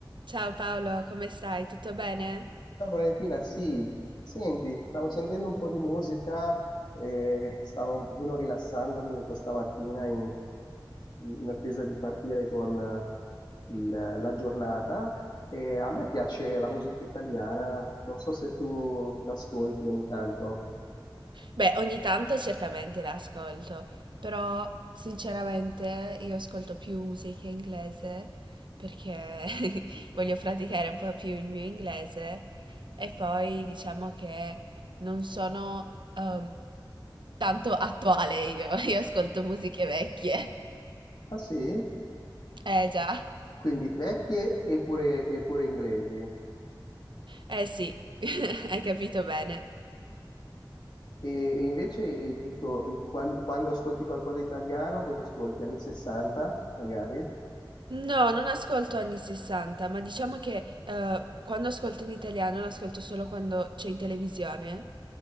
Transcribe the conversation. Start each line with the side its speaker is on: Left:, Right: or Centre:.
Right: Ciao Paolo, come stai? Tutto bene?
Left: Ciao Valentina, sì, senti, stavo sentendo un po' di musica e stavo un pochino rilassandomi questa mattina in, in attesa di partire con eh, il- la giornata e a me piace la musica italiana, non so se tu l'ascolti ogni tanto.
Right: Beh, ogni tanto certamente l'ascolto, però sinceramente io ascolto più musica inglese perché <laughs> voglio praticare un po' più il mio inglese e poi diciamo che non sono ehm, tanto attuale io, <laughs> io ascolto musiche vecchie.
Left: Ah sì?
Right: Eh già,
Left: Quindi vecchie e pure, e pure inglesi.
Right: eh sì, <laughs> hai capito bene.
Left: E, e invece, eh, giusto, eh, quan- quando, ascolti qualcosa di italiano, cosa ascolti? Anni 60, magari?
Right: No, non ascolto anni 60, ma diciamo che eh, quando ascolto in italiano lo ascolto solo quando c'è in televisione